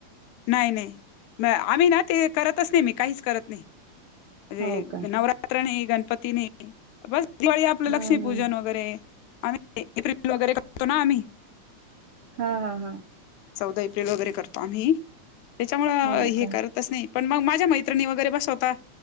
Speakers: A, on the left; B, on the right.
A: नाही नाही म आम्ही ना ते करतच नाही मी काहीच करत नाही म्हणे
B: हो का
A: नवरा त्र नाही, गणपती नाही, बस दिवाळी आपलं
B: हम्म
A: लक्ष्मीपूजन
B: हम्म
A: वगैरे आम्ही <unintelligible>
B: हा हा हा.
A: चौदा एप्रिल वगैरे करतो आम्ही, त्याच्यामुळं
B: हो
A: हे
B: का
A: करत तसं नाही, पण मग माझ्या मैत्रिणी वगैरे बसवतात,